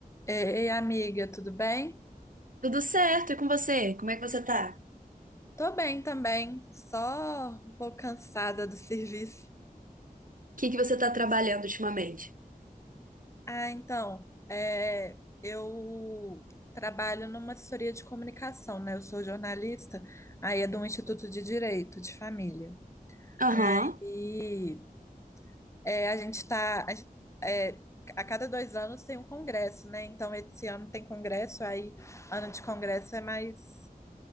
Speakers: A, on the left; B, on the right.
A: Ei, amiga, tudo bem?
B: Tudo certo? E com você? Como é que você tá?
A: Tô bem também, só um pouco cansada do <laughs> serviço.
B: O que que você tá trabalhando ultimamente?
A: Ah, então, é, eu trabalho numa assessoria de comunicação, né? Eu sou jornalista, aí é do Instituto de Direito de Família.
B: Aham.
A: Aí é, a gente tá. A, gen- é, a cada dois anos tem um congresso, né? Então, esse ano tem congresso, aí ano de congresso é mais